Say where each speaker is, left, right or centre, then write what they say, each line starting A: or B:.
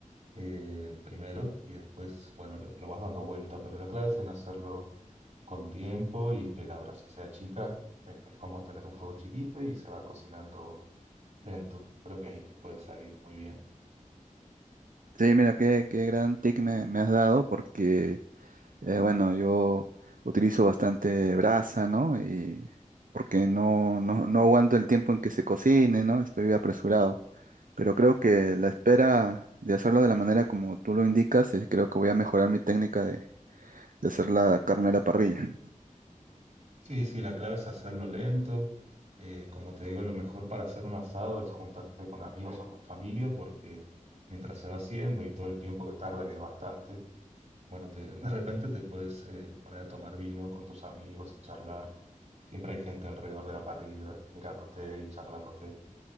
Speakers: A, on the right; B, on the right.
A: eh, primero y después, bueno, lo, lo vas dando vuelta, pero la clave es en hacerlo con tiempo y que la brasa sea chica, es que es como tener un fuego chiquito y se va cocinando Lento, creo que ahí te puede salir muy bien.
B: Sí, mira, qué, qué gran tip me, me has dado porque, eh, bueno, yo utilizo bastante brasa, ¿no? Y porque no, no, no aguanto el tiempo en que se cocine, ¿no? Estoy apresurado. Pero creo que la espera de hacerlo de la manera como tú lo indicas, eh, creo que voy a mejorar mi técnica de, de hacer la carne a la parrilla.
A: Sí, sí, la clave es hacerlo lento. Eh, como te digo, lo mejor para hacer un asado es juntarse con amigos o con familia, porque mientras se va haciendo y todo el tiempo que tarda, que es bastante, bueno, te- de repente te puedes eh, poner a tomar vino con tus amigos y charlar. Siempre hay gente alrededor de la parrilla, mirándote y charlándote.